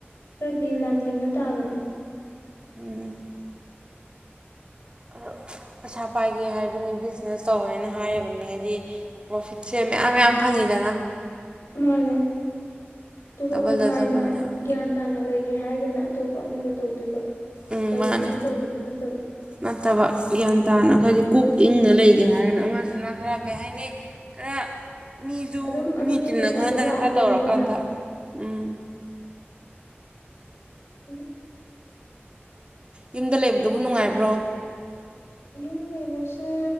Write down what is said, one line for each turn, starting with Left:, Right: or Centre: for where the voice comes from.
Left: ꯈꯔꯗꯤ ꯂꯥꯟꯊꯦꯡꯅ ꯇꯥꯕꯅꯦ
Right: ꯎꯝ ꯑꯣ ꯄꯩꯁꯥ ꯄꯥꯏꯒꯦ ꯍꯥꯏꯔꯗꯤ ꯃꯤ ꯕꯤꯖꯤꯅꯦꯁ ꯇꯧꯋꯦꯅ ꯍꯥꯏꯌꯦꯕꯅꯤ ꯍꯥꯏꯗꯤ ꯄ꯭ꯔꯣꯐꯤꯠ ꯁꯦꯝ ꯃꯌꯥꯝ ꯃꯌꯥꯝ ꯐꯪꯉꯤꯗꯅ
Left: ꯃꯥꯅꯦ ꯑꯗꯨꯒ
Right: ꯗꯕꯜꯗ
Left: ꯅꯨꯡꯉꯥꯏꯅ
Right: ꯗꯕꯜꯅꯦꯕ
Left: ꯒ꯭ꯌꯥꯟ ꯇꯥꯅ ꯂꯩꯒꯦ ꯍꯥꯏꯔꯒꯅ ꯑꯇꯣꯞꯄ ꯑꯃꯗ ꯇꯧꯗꯣꯏꯕ
Right: ꯎꯝ
Left: ꯂꯂꯣꯟ
Right: ꯃꯥꯅꯦ
Left: ꯏꯇꯤꯛ ꯇꯧꯕꯗꯨ ꯅꯠꯇꯕ
Right: ꯅꯠꯇꯕ ꯒ꯭ꯌꯥꯟ ꯇꯥꯅꯈꯔꯗꯤ ꯀꯣꯛ ꯏꯪꯅ ꯂꯩꯒꯦ ꯍꯥꯏꯔꯒꯅ ꯑꯃꯁꯁꯤꯅ ꯈꯔ ꯀꯔꯤ ꯍꯥꯏꯅꯤ ꯈꯔ ꯃꯤꯁꯨ
Left: ꯑꯗꯨꯝ ꯑꯗꯨꯗꯤ
Right: ꯃꯤ ꯇꯤꯟꯅ
Left: ꯄꯩꯁꯥꯗꯣ
Right: ꯈꯣꯟꯗꯅ
Left: ꯂꯥꯛꯑꯗꯣꯏꯅꯤꯗꯅ
Right: ꯈꯔ ꯇꯧꯔꯀꯥꯟꯗ ꯎꯝ
Left: ꯑꯗꯨ
Right: ꯌꯨꯝꯗ ꯂꯩꯕꯗꯨꯕꯨ
Left: ꯑꯁ
Right: ꯅꯨꯡꯉꯥꯏꯕ꯭ꯔꯣ
Left: ꯌꯨꯝ ꯂꯩꯕꯁꯦ